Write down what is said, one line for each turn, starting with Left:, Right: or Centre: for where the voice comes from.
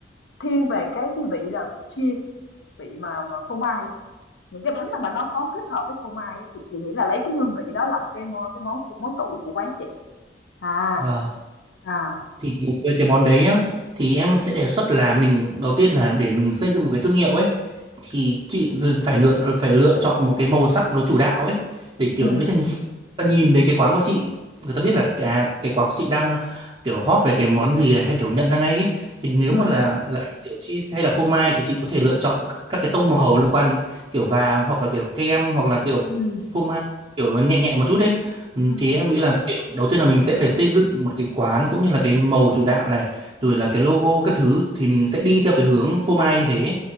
Left: thiên về cái cái vị là vị cheese, vị mà mà phô mai. Những cái bánh nào mà nó có kết hợp với phô mai á, thì chị nghĩ là lấy cái hương vị đó làm cái mo cái món món tủ của quán chị. À,
Right: Và
Left: à,
Right: thì với cái món đấy á, thì em sẽ đề xuất là mình đầu tiên là để mình xây dựng một cái thương hiệu ấy thì chị phải lựa phải lựa chọn một cái màu sắc nó chủ đạo ấy để kiểu
Left: ừm,
Right: cái ta ta nhìn thấy cái quán của chị người ta biết là cái- à, cái quán của chị đang kiểu hot về cái món gì này hay kiểu nhận ra ngay ấy. Thì nếu
Left: ừm,
Right: mà là là kiểu cheese hay là phô mai thì chị có thể lựa chọn các các cái tông màu liên quan kiểu vàng hoặc là kiểu kem hoặc là kiểu
Left: ừm,
Right: phô mai kiểu nó nhẹ nhẹ một chút đấy Ừ,
Left: ừm.
Right: thì em nghĩ là kiểu đầu tiên là mình sẽ phải xây dựng một cái quán cũng như là cái màu chủ đạo này rồi là cái logo các thứ thì mình sẽ đi theo cái hướng phô mai như thế